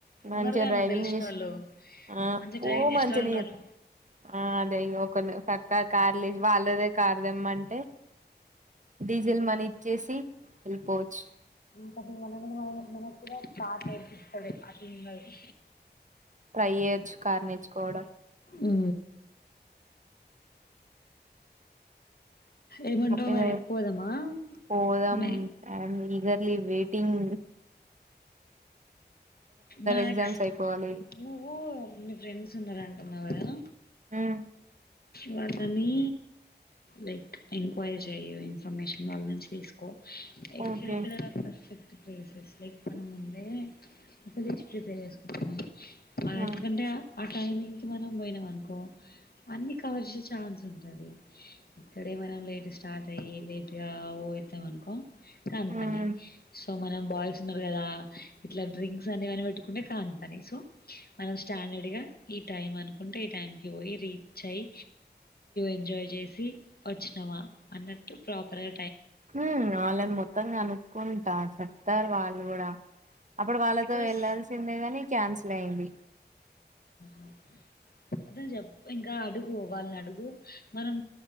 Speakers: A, on the right; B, on the left.
A: మంచిగా
B: ఉన్నారు కద
A: డ్రైవింగ్
B: మా తెలిసిన
A: చేసి
B: వాళ్ళు
A: ఆ
B: మంచి ట్రైంగ్
A: ఓ
B: చేస్తళ్
A: మంచినే
B: ఉన్నారు
A: ఆ అదే నక ఇ కార్ లేదు వాళ్ళదే కార్దమ్మంటే డీజిల్ మని ఇచ్చేసి వెళ్ళిపోవచ్చు
B: కా ఫ మన మన మనకు కూడా చట్ నేర్పిస్తాడు అసలున్నది
A: ట్రై చేయొచ్చు కార్ నేర్చుకోవడం
B: ఉ ఏమంటావు
A: ఇద
B: మరి పోదామా?
A: పోదాం
B: మే
A: ఈగర్లీ వెయిట్ తన్
B: మ్యాక్స్
A: ఎగ్జామ్స్ అయిపోవాలి
B: నువ్వు మీ ఫ్రెండ్స్ ఉన్నంటున్నావు కదా
A: ఉమ్
B: వాతని లైక్ ఎంక్వైరీ చెయ ఇన్ఫర్మేషన్ వాళ్ళ నుంచి తీసుకో ఎక్కడెక్కడ
A: ఓకే
B: పర్ఫెక్ట్ ప్లేసెస్ లైక్ మనం ముందే అ తె ప్రిపేర్ చేసుకున్నాను మాది
A: ఆ
B: ఎట్లుందంటే అ టైమింగ్కి మనం పోయినాం అనుకో అన్ని కవర్ ఛాన్స్ ఉంటది ఇక్కడే మనం లేట్ స్టార్ట్ అయ్యి లేట్ గావు పోతాం అనుకో కాని పని
A: ఉమ్
B: సో మనం బాయ్స్ ఉన్నారు కదా ఇట్లా డ్రింక్ అని పెట్టుకుంటే కాపని సో మనం స్టాండర్డ్ గా ఈ టైం అనుకుంటే ఈ టైం కి పోయి ఇ చేయ్ ఎంజాయ్ చేసి వచ్చినామా అన్నట్టు ప్రాపర్ గా
A: ఉ వాళ్ళని మొత్తంగా అనుక్కుంటా చెప్తారు వాళ్ళు కూడా అప్పుడు వాళ్ళతో
B: బికాస్
A: వెళ్లాల్సిందే గాని క్యాన్సిల్ అయింది
B: ఆ అదే చెప్ప ఇంకా అడుగు వాళ్ళని అడుగు మనం